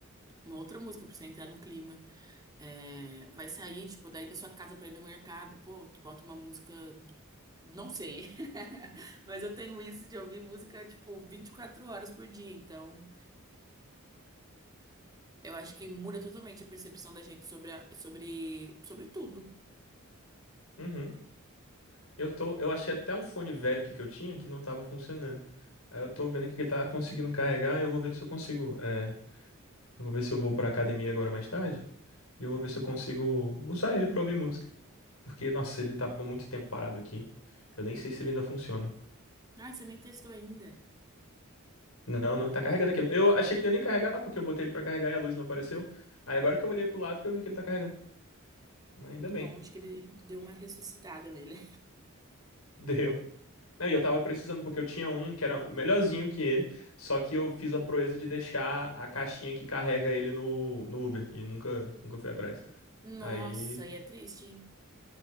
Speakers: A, on the right; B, on the left.
A: uma outra música pra você entrar no clima. É, Vai sair, tipo, daí da sua casa pra ir no mercado, pô, tu bota uma música. Não sei. <laughs> Mas eu tenho isso de ouvir música, tipo, 24 horas por dia. Então, eu acho que muda totalmente a percepção da gente sobre, a- sobre, sobre tudo.
B: Uhum. Eu tô, eu achei até um fone velho aqui que eu tinha que não tava funcionando. Aí eu tô vendo aqui que ele tá conseguindo carregar, eu vou ver se eu consigo, é, eu vou ver se eu vou pra academia agora mais tarde, e eu vou ver se eu consigo usar ele pra ouvir música. Porque, nossa, ele tava muito tempo parado aqui, eu nem sei se ele ainda funciona.
A: Ah, você nem testou ainda.
B: Não, não, tá carregando aqui. Eu achei que não ia nem carregar, porque eu botei ele pra carregar e a luz não apareceu. Aí agora que eu olhei pro lado que eu vi que ele tá carregando. Mas ainda
A: Muito
B: bem,
A: bom, acho que ele deu uma ressuscitada nele.
B: <laughs> deu. Não, e eu tava precisando, porque eu tinha um que era melhorzinho que ele, só que eu fiz a proeza de deixar a caixinha que carrega ele no, no Uber, e nunca, nunca fui atrás.
A: <laughs> Nossa,
B: Aí,
A: e é triste, hein?